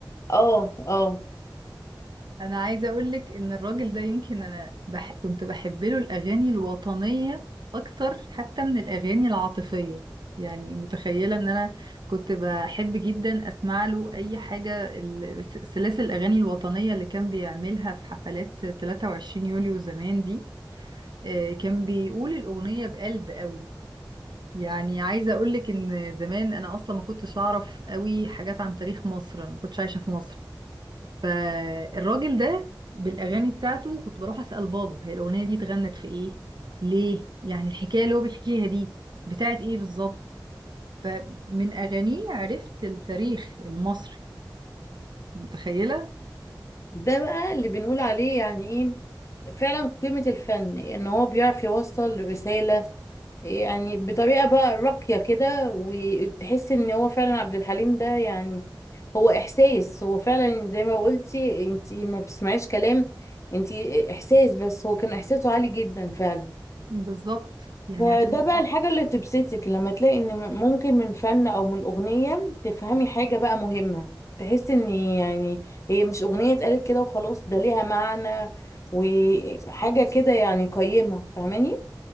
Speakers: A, on the left; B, on the right.
A: اه اه
B: انا عايزه اقول لك ان الراجل ده يمكن انا بح... كنت بحب له الاغاني الوطنيه اكتر حتى من الاغاني العاطفيه يعني متخيله ان انا كنت بحب جدا اسمع له اي حاجه ال- س- سلاسل الاغاني الوطنيه اللي كان بيعملها في حفلات 23 يوليو زمان دي آه، كان بيقول الاغنيه بقلب قوي يعني عايزة أقولك إن زمان أنا أصلا ما كنتش أعرف قوي حاجات عن تاريخ مصر أنا ما كنتش عايشة في مصر فالراجل ده بالأغاني بتاعته كنت بروح أسأل بابا هي الأغنية دي اتغنت في إيه؟ ليه؟ يعني الحكاية اللي هو بيحكيها دي بتاعت إيه بالظبط؟ فمن أغانيه عرفت التاريخ المصري متخيلة؟
A: ده بقى اللي بنقول عليه يعني ايه فعلا قيمة الفن ان هو بيعرف يوصل رسالة يعني بطريقة بقى راقية كده وتحس ان هو فعلا عبد الحليم ده يعني هو احساس هو فعلا زي ما قلتي انتي ما بتسمعيش كلام انتي احساس بس هو كان احساسه عالي جدا فعلا
B: بالظبط يعني
A: فده
B: عشان
A: بقى الحاجة اللي تبسطك لما تلاقي ان ممكن من فن او من اغنية تفهمي حاجة بقى مهمة تحس ان يعني هي مش اغنية اتقالت كده وخلاص ده ليها معنى وحاجة كده يعني قيمة فاهماني